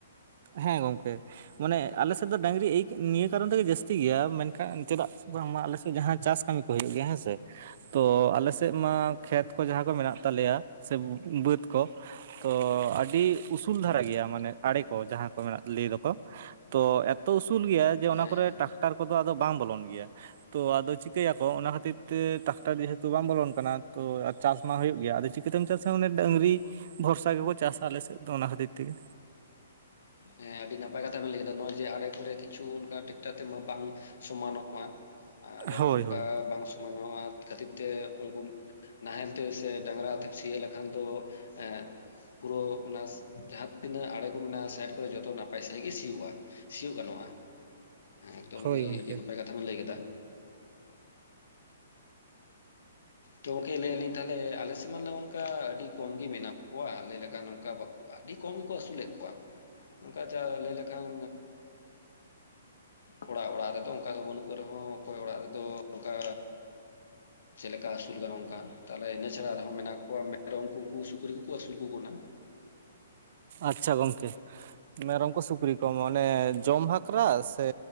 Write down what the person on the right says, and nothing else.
ᱦᱮᱸ ᱜᱚᱝᱠᱮ᱾ ᱢᱟᱱᱮ ᱟᱞᱮ ᱥᱮᱫ ᱫᱚ ᱰᱟᱹᱝᱨᱤ ᱮᱭ ᱱᱤᱭᱟᱹ ᱠᱟᱨᱚᱱ ᱛᱮᱜᱮ ᱡᱟᱹᱥᱛᱤ ᱜᱮᱭᱟ ᱢᱮᱱᱠᱷᱟᱱ ᱪᱮᱫᱟᱜ ᱵᱟᱝᱢᱟ ᱟᱞᱮ ᱥᱮᱫ ᱡᱟᱦᱟᱸ ᱪᱟᱥ ᱠᱟᱹᱢᱤ ᱠᱚ ᱦᱩᱭᱩᱜ ᱜᱮᱭᱟ ᱦᱮᱸ ᱥᱮ᱾ ᱛᱚ ᱟᱞᱮ ᱥᱮᱫ ᱢᱟ ᱠᱷᱮᱛ ᱠᱚ ᱡᱟᱦᱟᱸ ᱠᱚ ᱢᱮᱱᱟᱜ ᱛᱟᱞᱮᱭᱟ ᱥᱮ ᱵᱟᱹᱫᱽ ᱠᱚ᱾ ᱛᱚ ᱟᱹᱰᱤ ᱩᱥᱩᱞ ᱫᱷᱟᱨᱟ ᱜᱮᱭᱟ ᱢᱟᱱᱮ ᱟᱲᱮ ᱠᱚ ᱡᱟᱦᱟᱸ ᱠᱚ ᱢᱮᱱᱟᱜ ᱞᱟᱹᱭ ᱫᱚ ᱠᱚ᱾ ᱛᱚ ᱮᱛᱚ ᱩᱥᱩᱞ ᱜᱮᱭᱟ ᱡᱮ ᱚᱱᱟ
ᱠᱚᱨᱮ
ᱴᱨᱟᱠᱴᱟᱨ ᱠᱚᱫᱚ ᱟᱫᱚ ᱵᱟᱝ ᱵᱚᱞᱚᱱ ᱜᱮᱭᱟ᱾ ᱛᱚ ᱟᱫᱚ ᱪᱤᱠᱟᱹᱭᱟᱠᱚ ᱚᱱᱟ ᱠᱷᱟᱹᱛᱤᱨ ᱛᱮ ᱴᱟᱠᱴᱟᱨ ᱡᱮᱦᱮᱸᱛᱩ ᱵᱟᱝ ᱵᱚᱞᱚᱱ ᱠᱟᱱᱟ ᱛᱚ ᱪᱟᱥ ᱢᱟ ᱦᱩᱭᱩᱜ ᱜᱮᱭᱟ ᱟᱫᱚ ᱪᱤᱠᱟᱛᱮᱢ ᱪᱟᱥᱟ ᱚᱱᱮ ᱰᱟᱹᱝᱨᱤ ᱵᱷᱚᱨᱥᱟ ᱜᱮᱠᱚ ᱪᱟᱥᱟ ᱟᱞᱮᱥᱮᱫ ᱫᱚ ᱚᱱᱟ ᱠᱷᱟᱹᱛᱤᱨ ᱛᱮᱜᱮ᱾
ᱦᱳᱭ
ᱦᱳᱭ
ᱦᱳᱭ ᱜᱚᱝᱠᱮ
ᱟᱪᱪᱷᱟ ᱜᱚᱝᱠᱮ ᱾ ᱢᱮᱨᱚᱢ ᱠᱚ ᱥᱩᱠᱨᱤ ᱠᱚ ᱢᱟᱱᱮ ᱡᱚᱢ ᱵᱟᱠᱷᱨᱟ ᱥᱮ